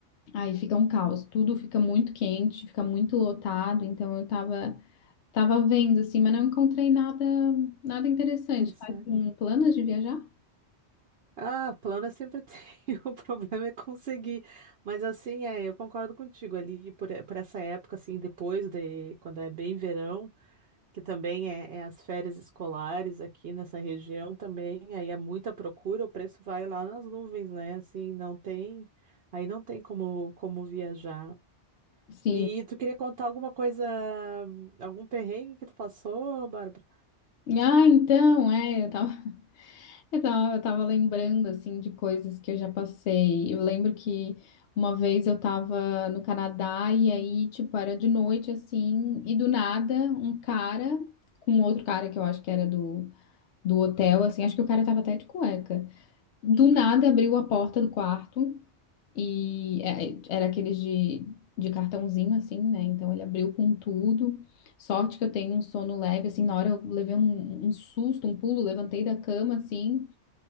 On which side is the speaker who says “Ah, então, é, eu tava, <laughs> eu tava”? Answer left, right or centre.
Left